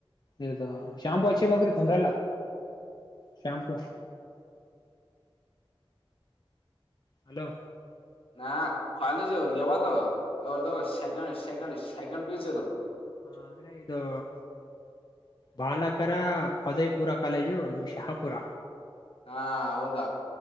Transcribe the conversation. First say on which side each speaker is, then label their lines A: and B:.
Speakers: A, on the left; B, on the left.
A: ಇದು ಶಾಂಪೂ ಹಚ್ಕೋಬೇಕು ರೀ ಕುಂದ್ರಲ್ಲ. Shampoo hello.
B: ನಾ ಕಾಲೇಜ್ ಯಾವದ ಯಾ ಸೆಕೆಂಡ್ ಸೆಕೆಂಡ್ ಸೆಕೆಂಡ್ ಪಿಯುಸಿದು.
A: ಹ ಆದ್ರೆ ಇದು. ಬಾಲಕರ ಪದವಿಪುರ ಕಾಲೇಜು ಶಹಾಪುರ.
B: ಹಾ ಹೌದಾ.